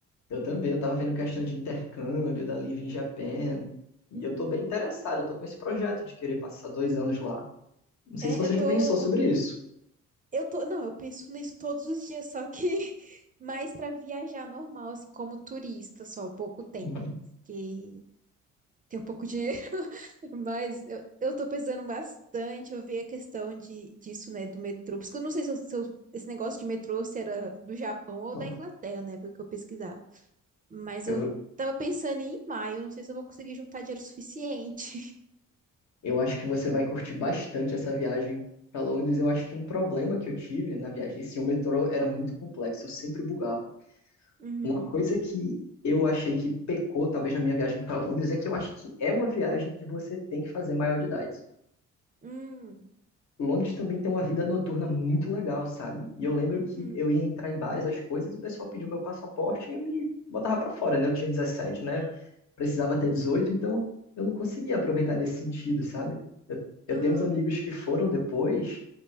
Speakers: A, on the left; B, on the right.
A: Eu também, eu tava vendo questão de intercâmbio da Live in Japan. E
B: Hum,
A: eu tô bem interessado, eu tô com esse projeto de querer passar dois anos lá. Não sei
B: é,
A: se você
B: eu tô.
A: já pensou sobre isso.
B: Eu tô. Não, eu penso nisso todos os dias, só que <laughs> mais pra viajar normal, assim, como turista, só pouco tempo.
A: Uhum.
B: Porque tem um pouco de Mas eu, eu tô pensando bastante, eu vi a questão de, disso, né, do metrô. Por isso que eu não sei se, eu- se eu- esse negócio de metrô se era do Japão ou
A: Ó,
B: da Inglaterra, né, porque eu pesquisava. Mas
A: eu
B: eu
A: vou,
B: tava pensando em ir em maio, não sei se eu vou conseguir juntar dinheiro suficiente. <laughs>
A: Eu acho que você vai curtir bastante essa viagem para Londres. Eu acho que um problema que eu tive na viagem, esse o metrô era muito complexo, eu sempre bugava.
B: Uhum.
A: Uma coisa que eu achei que pecou, talvez, na minha viagem para Londres, é que eu acho que é uma viagem que você tem que fazer maior de idade.
B: Hum.
A: Londres também tem uma vida noturna muito legal, sabe? E eu lembro
B: Uhum.
A: que eu ia entrar em bares, as coisas, o pessoal pediu meu passaporte e me botava pra fora, né? Eu tinha 17, né? Precisava ter 18, então eu não conseguia aproveitar nesse sentido, sabe? Eu, eu
B: Aham.
A: tenho uns amigos que foram depois